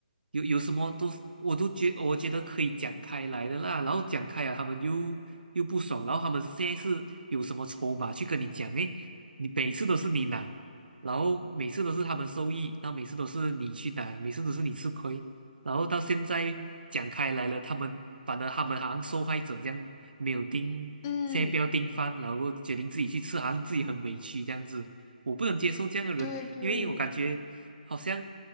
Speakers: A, on the right (about 85°); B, on the left (about 25°).
A: 有有什么都是我都觉我觉得可以讲开来的啦，然后讲开了，他们又又不爽，然后他们现在是有什么筹码去跟你讲？诶，你每次都是你拿，然后每次都是他们受益，然后每次都是你去拿，每次都是你吃亏，然后到现在讲开来了，他们反而他们好像受害者这样，没有盯，
B: 嗯，
A: 现在不要盯饭，然后决定自己去吃，好像自己很委屈这样子，我不能接受这样的人。
B: 对对，
A: 因为我感觉好像